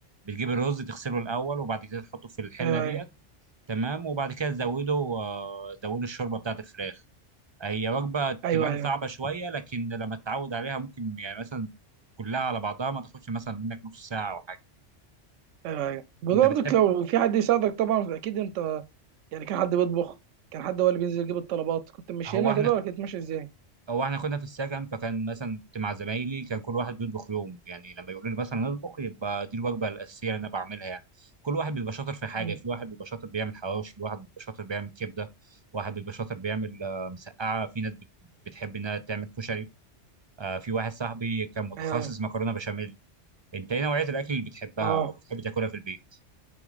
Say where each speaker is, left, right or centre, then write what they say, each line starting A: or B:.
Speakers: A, on the right; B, on the right.
A: بتجيب الرز تغسله الأول وبعد كده تحطه في الحلة
B: ايوه
A: دي
B: ايوه
A: تمام وبعد كده زودوا آه، زودوا الشوربه بتاعت الفراخ هي وجبه تبان
B: ايوه ايوه
A: صعبه شويه لكن لما تتعود عليها ممكن يعني مثلا كلها على بعضها ما تاخدش مثلا منك نص ساعه او حاجه
B: ايوه برضك
A: انت بتحب
B: لو في حد يساعدك طبعا اكيد انت يعني كان حد بيطبخ كان حد هو اللي بينزل يجيب الطلبات كنت ماشي
A: هو
B: هنا
A: احنا
B: كده ولا كنت ماشي ازاي؟
A: هو احنا كنا في السكن فكان مثلا كنت مع زمايلي كان كل واحد بيطبخ يوم يعني لما يقولوا لي مثلا اطبخ يبقى دي الوجبه الاساسيه اللي انا بعملها يعني كل واحد بيبقى شاطر في حاجه
B: مم.
A: في واحد بيبقى شاطر بيعمل حواوشي واحد بيبقى شاطر بيعمل كبده واحد بيبقى شاطر بيعمل آه، مسقعه في ناس بت- بتحب انها تعمل كشري آه، في واحد صاحبي كان متخصص
B: ايوه ايوه
A: مكرونه بشاميل انت ايه نوعيه الاكل اللي بتحبها
B: اه,
A: او بتحب تاكلها في البيت